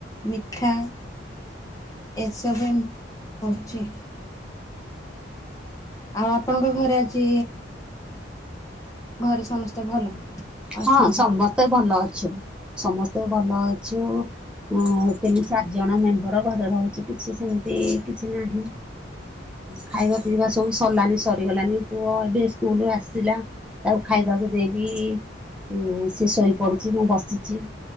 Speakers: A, on the left; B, in the centre.
A: ମିଠା। ଏସବୁ ଏମ୍ ହଉଚି। ଆଉ ଆପଣଙ୍କ ଘରେ ଆଜି ଘରେ ସମସ୍ତେ ଭଲ। ଅଛନ୍ତି
B: ହଁ ସମସ୍ତେ ଭଲ ଅଛୁ ସମସ୍ତେ ଭଲ ଅଛୁ ଏଁ ତିନି ଚାର୍ ଜଣ ମେମ୍ବର ଘରେ ରହୁଛି କିଛି ସେମ୍ତି କିଛି ନାହିଁ। ଖାଇବା ପିଇବା ସବୁ ସର୍ଲାନି ସରିଗଲାନି ପୁଅ ଏବେ ସ୍କୁଲୁରୁ ଆସିଲା। ତାକୁ ଖାଇବାକୁ ଦେଇକି ଉଁ ସିଏ ଶୋଇ ପଡ଼ୁଚି ମୁଁ ବସିଚି।